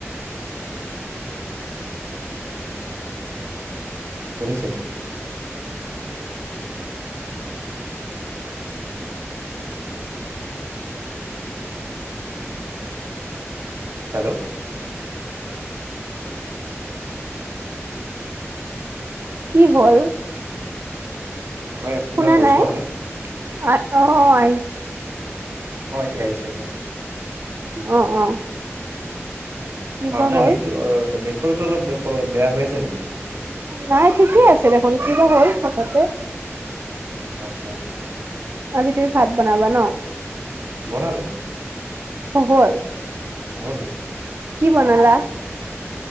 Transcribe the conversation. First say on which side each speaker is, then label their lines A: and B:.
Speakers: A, on the right; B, on the right.
A: শুনিছে? হেল্ল'
B: কি হ'ল?
A: হয় আপোনাৰ
B: শুনা
A: ভইচটো
B: নাই
A: অহা
B: অ', আহ
A: অ', এতিয়া আহিছে হয়
B: অ', অ', কিবা
A: অ', আপোনাৰ
B: হ'ল
A: নেট নেটৱৰ্কটো অলপ বেয়া হৈ আছে নেকি
B: নাই ঠিকেই আছে দেখোন, কিবা হ'ল হঠাতে
A: আচ্ছা, আচ্ছা,
B: আজি তুমি ভাত বনাবা ন?
A: বনালোঁ
B: হল
A: হল
B: কি বনালা?